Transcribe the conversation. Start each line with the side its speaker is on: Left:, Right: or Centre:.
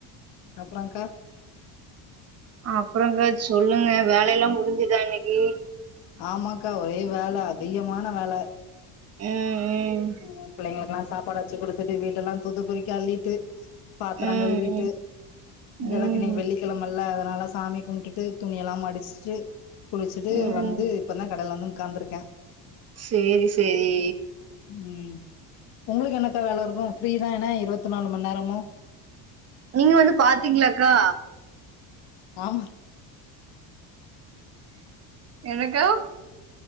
Left: அப்புறோங்க்கா
Right: அப்பறங்க்கா சொல்லுங்க வேலைல்லா முடிஞ்சுதா இன்னிக்கு
Left: ஆமாக்கா ஒரே வேல அதிகமான வேல
Right: ம் ம்
Left: ம் ம் பிள்ளைங்களுக்கெல்லா சாப்பாடு வச்சு குடுத்துட்டு வீட்டெல்லா தூத்து பெருக்கி அள்ளிட்டு பாத்தரங்
Right: ம்
Left: கழுவிட்டு
Right: ம் ம்
Left: வெளக்கு இன்னிக்
Right: ம்
Left: வெள்ளி கிழமல்ல அதனால சாமி கும்ட்டுட்டு துணி எல்லா‌ மடிச்சுட்டு குளிச்சிட்டு
Right: ம்
Left: வந்து இப்பதா கடைல வந்து உக்காந்துருக்க
Right: சேரி சேரி
Left: ம் உங்களுக்கு என்னக்கா வேல இருக்கு ஃப்ரீதான இருவத்து நாலு மண் நேரமு
Right: நீங்க வந்து பாத்தீங்களாக்கா
Left: ஆமா
Right: என்னக்கா